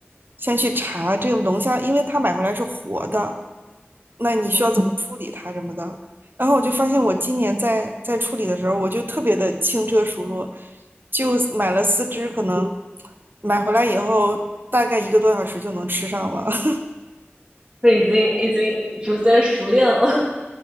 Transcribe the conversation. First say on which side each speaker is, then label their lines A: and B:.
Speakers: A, on the right; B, on the right.
A: 先去查这个龙虾，因为它买回来是活的，那你需要怎么处理它什么的。
B: 嗯，
A: 然后我就发现，我今年在在处理的时候，我就特别的轻车熟路，就买了四只，可能买回来以后大概一个多小时就能吃上了。<laughs>
B: 就已经已经逐渐熟练了。